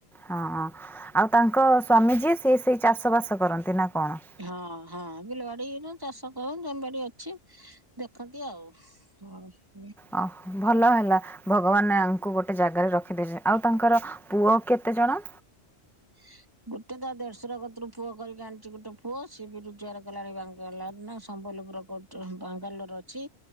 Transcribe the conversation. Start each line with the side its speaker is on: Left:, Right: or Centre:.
Centre: ହଁ ହଁ ଆଉ ତାଙ୍କ ସ୍ୱାମୀ ଯିଏ ସିଏ ସେଇ ଚାଷବାସ କରନ୍ତି ନା କଣ?
Right: ହଁ ହଁ ବିଲବାଡି ନୁଅ ଚାଷ ତ ଜମିବାଡି ଅଛି ଦେଖନ୍ତି ଆଉ। ଗଣୁଚି
Centre: ଆ ଭଲ ହେଲା ଭଗବାନ୍‌ ଆଙ୍କୁଗୋଟେ ଜାଗାରେ ରଖିଦେଇଛନ୍ତି ଆଉ ତାଙ୍କର ପୁଅ କେତେ ଜଣ?
Right: <inaudible> ତେ ତା ଦେଢସୁର କତରୁ ପୁଅ କରିକି ଆଣିଛି ଗୋଟେ ପୁଅ ସିଏ ବି ରୋଜଗାର କଲାଣି ବାଙ୍ଗାଲୋର ନା ସମ୍ବଲପୁର କୋଉ ଟୁହୁ ବାଙ୍ଗାଲୋର ଅଛି